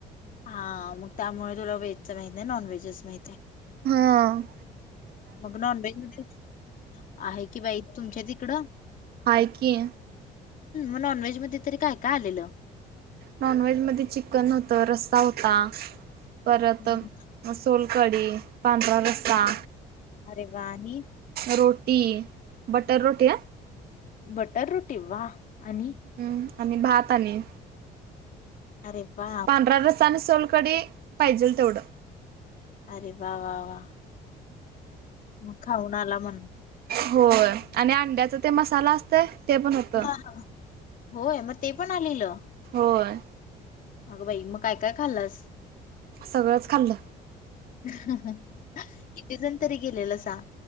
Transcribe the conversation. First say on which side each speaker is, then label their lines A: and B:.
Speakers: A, on the left; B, on the right.
A: हा मग त्यामुळे तुला व्हेजच माहतीय नॉन व्हेजच माहती आहे.
B: हां.
A: मग नॉन व्हेज मध्ये आहे कि बाई तुमच्या तिकड
B: हाय की
A: मगॉ म तरी काय का आलेलं.
B: नॉन व्हेज मध्ये चिकन होत रस्सा होता परत
A: हम्म
B: सोल कडी पांढरा रस्सा.
A: अरे वाणी
B: रोटी बटर रोटी ह.
A: बटर रोटी वा आणि
B: हम्म आणि भात आणि
A: अरे वा
B: पांढरा रसा आणि सोल. डे पाहिजेल तेवढं.
A: अरे वा वा वा म खाऊन आला म्हण.
B: होय आणि अंड्याचा ते मसाला असतय ते पण होत.
A: हा हा. होय मग ते पण आलेलं.
B: होय.
A: अगं बाई मग काय काय खाल्लस.
B: सगळंच खाल्लं.
A: किती जण तरी गेलेलं सां